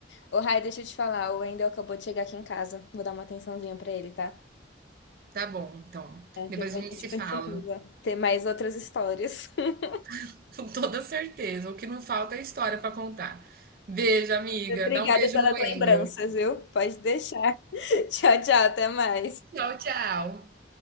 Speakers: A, on the left; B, on the right.
A: Ô, Rai, deixa eu te falar. O Wendel acabou de chegar aqui em casa. Vou dar uma atençãozinha pra ele, tá?
B: Tá bom, então,
A: É, depois
B: depois a gente
A: a gente
B: se
A: continua.
B: fala,
A: Ter mais outras histórias. <laughs>
B: <laughs> com toda certeza, o que não falta é história para contar. Beijo, amiga,
A: Obrigada
B: dá um beijo
A: pelas
B: no
A: lembranças,
B: Engel.
A: viu? Pode deixar. <laughs> Tchau, tchau. Até mais.
B: Tchau, tchau.